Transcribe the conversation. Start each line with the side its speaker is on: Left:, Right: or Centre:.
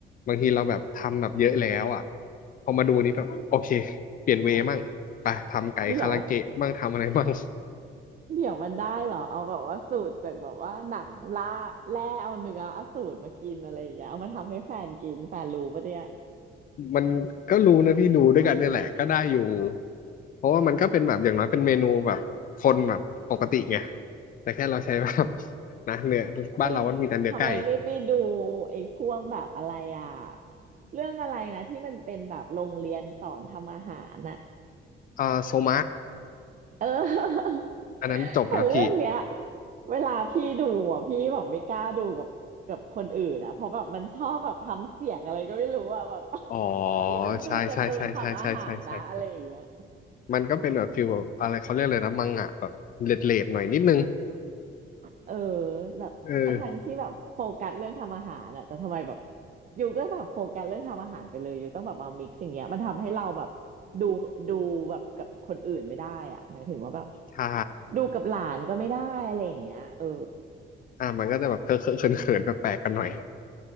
Left: บางทีเราแบบทำแบบเยอะแล้วอ่ะพอมาดูนี้แบบโอเคเปลี่ยนเวย์มั่งไปทำไก่คาราเกะมั่งทำอะไรมั่ง
Right: เดี๋ยวเดี๋ยวมันได้เหรอเอาแบบว่าสูตรจากแบบว่าหนังล่าแร่เอาเนื้ออสูรมากินอะไรอย่างเงี้ยเอามาทำให้แฟนกินแฟนรู้ปะเนี่ย
Left: มันก็รู้นะพี่ดูด้วยกันเนี่ยแหละก็ได้อยู่เพราะว่ามันก็เป็นแบบอย่างน้อยเป็นเมนูแบบคนแบบปกติไงแต่แค่เราใช้แบบนะเนื้อบ้านเราก็มีแต่เนื้อไก่
Right: ไปทำไมไม่ไปดูไอ้พวกแบบอะไรอ่ะเรื่องอะไรนะที่มันเป็นแบบโรงเรียนสอนทำอาหารน่ะ
Left: อ่าโซมะ
Right: เออ <laughs>
Left: อันนั้นจบแล้วพี่
Right: แต่เรื่องเนี้ยเวลาพี่ดูอ่ะพี่แบบไม่กล้าดูกับกับคนอื่นอ่ะเพราะแบบมันชอบแบบทำเสียงอะไรก็ไม่รู้อ่ะแบบ <laughs>
Left: อ๋อ
Right: นี่ฉันดูการ์ตูนทำอาหารนะอะไรอย่างเงี้ย
Left: ใช่ใช่ใช่ใช่ใช่ใช่ใช่ใช่มันก็เป็นแบบฟิลแบบอะไรเขาเรียกเลยนะมังงะแบบเลดเลดๆหน่อยนิดนึง
Right: เออแบบทั้งทั้งที่แบบโฟกัสเรื่องทำอาหารอะแต่ทำไมแบบ
Left: เออ
Right: อยู่ก็แบบโฟกัสเรื่องทำอาหารไปเลยอยู่ต้องแบบมามิกซ์อย่างเงี้ยมันทำให้เราแบบดูดูแบบกับคนอื่นไม่ได้อะหมายถึงว่าแบบ
Left: ใช่
Right: ดูกับหลานก็ไม่ได้อะไรอย่างเงี้ยเออ
Left: อ่ะมันก็จะแบบเคอะเคอะเขินเขินแปลกๆกันหน่อย